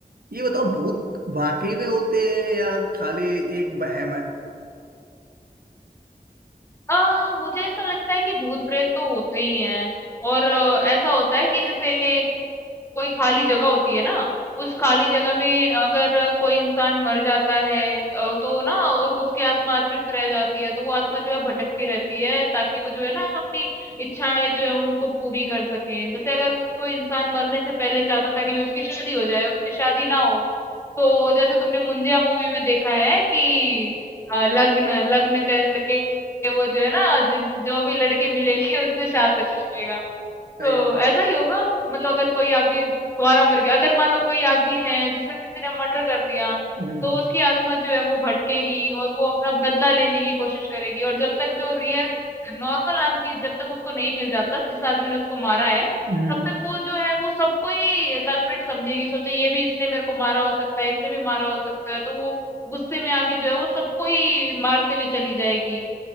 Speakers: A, on the right; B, on the left.
A: ये बताओ भूत वाकई में होते हैं या खाली एक वहम है
B: अ, मुझे ऐसा लगता है कि भूत-प्रेत तो होते ही हैं और अ, ऐसा होता है कि जैसे कोई खाली जगह होती है ना, उस खाली जगह में अगर कोई इंसान मर जाता है अ, तो ना और उसकी आत्मा अतृप्त रह जाती है, तो वो आत्मा जो है भटकती रहती है ताकि वो जो है ना अपनी इच्छाएँ जो है उनको पूरी कर सकें। जैसे अगर कोई इंसान मरने से पहले चाहता था कि भई उसकी शादी हो जाए और उसकी शादी ना हो, तो जैसे तुमने मुंजिया मूवी में देखा है कि अ, लग्न लग्न करके वो जो है ना जिन जो भी लड़की मिलेगी <laughs> उससे शादी का कोशिश करेगा
A: सही
B: तो
A: है।
B: ऐसा ही होगा मतलब अगर कोई आदमी कुंवारा मर गया अगर मान लो कोई आदमी है जिसका किसी ने मर्डर कर दिया
A: हम्म
B: तो उसकी आत्मा जो है वो भटकेगी और वो अपना बदला लेने की कोशिश करेगी और जब तक जो रियल नॉर्मल आदमी जब तक उसको नहीं मिल जाता जिस आदमी ने उसको मारा है
A: हम्म,
B: तब तक वो जो है वो सबको ही कल्प्रिट समझेगी सोचे ये भी इसने मेरे को मारा हो सकता है इसने भी मारा हो सकता है तो वो गुस्से में आके जो है वो सबको ही मारते हुए चली जाएगी